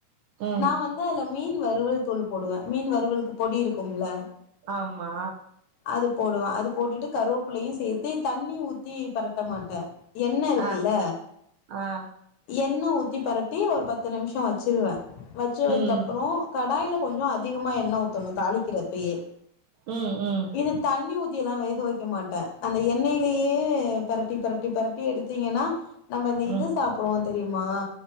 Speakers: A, on the right; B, on the left.
A: ம்
B: நா வந்து அதுல மீன் வறுவல் தூள் போடுவே மீன் வறுவல் க்கு பொடி இருக்கும்ல
A: ஆமா
B: அத போடுவ அது போட்டுட்டு கருவேப்பள்ளையு சேர்த்து தண்ணி ஊ த்தீ பரட்ட மாட்ட என்ன இருக்குல்ல
A: ஆ ஆ
B: எண்ண ஊத்தி பரட்டி ஒரு பத்து நிமிஷம் வச்சுருவே வச்சதுக்குப்பறம்
A: ம்
B: கடாய்ல கொஞ்ச அதிகமா எண்ண ஊத்தணும் தாளிக்கிறப்பையே
A: ம் ம்
B: இது தண்ணி ஊத் எல்லாம் வேக வைக்க மாட்டே அந்த எண்ணெய்லயே பரட்டி பரட்டி பரட்டி எடுத்தீங்கன்னா நம்ம இந்த
A: ம்
B: சாப்பிடுவோம் தெரியுமா